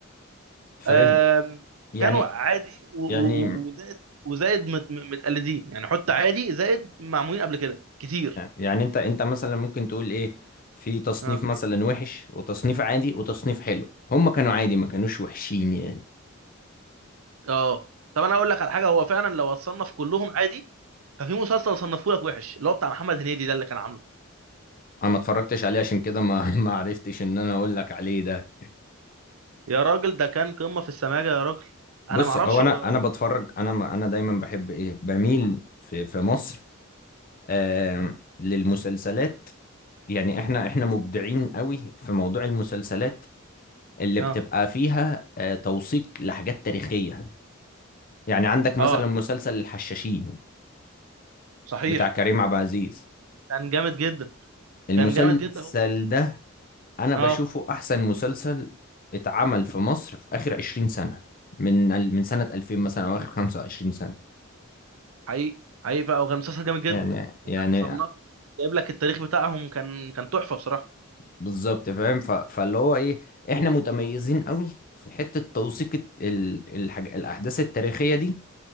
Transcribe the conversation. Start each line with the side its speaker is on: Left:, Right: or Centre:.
Left: فاهم
Right: آم،
Left: يعني
Right: كانوا عادي و- و-
Left: يعني
Right: و- وزائد وزائد مت- متقلدين يعني حط عادي زائد معمولين قبل كده كتير
Left: يعني انت انت مثلا ممكن تقول ايه في تصنيف
Right: اه
Left: مثلا وحش وتصنيف عادي وتصنيف حلو هم كانوا عادي ما كانوش وحشين يعني
Right: اه طب انا اقول لك على حاجه هو فعلا لو اتصنف كلهم عادي ففي مسلسل صنفه لك وحش اللي هو بتاع محمد هنيدي ده اللي كان عامله
Left: انا ما اتفرجتش عليه عشان كده ما <laughs> ما عرفتش ان انا اقول لك عليه ده
Right: يا راجل ده كان قمه في السماجه يا راجل
Left: بص
Right: انا ما اعرفش
Left: هو انا
Right: هو
Left: انا بتفرج انا ما- انا دايما بحب ايه بميل في في مصر آه للمسلسلات يعني احنا احنا مبدعين قوي في موضوع المسلسلات اللي
Right: اه
Left: بتبقى فيها آه، توثيق لحاجات تاريخية يعني عندك مثلا
Right: اه
Left: مسلسل الحشاشين
Right: صحيح
Left: بتاع كريم عبد العزيز
Right: كان جامد جدا
Left: المسلسل
Right: كان جامد جدا هو
Left: ده انا
Right: اه
Left: بشوفه احسن مسلسل اتعمل في مصر في اخر 20 سنة من ال- من سنة 2000 مثلا او اخر 25 سنة
Right: حقيقي حقيقي بقى وكان مسلسل جامد جدا
Left: يعني
Right: وكان
Left: يعني
Right: مصنف وكان جايب لك التاريخ بتاعهم كان كان تحفه بصراحه
Left: بالظبط فاهم ف- فاللي هو ايه احنا متميزين قوي في حتة توثيق الت- ال... الحاج... الاحداث التاريخية دي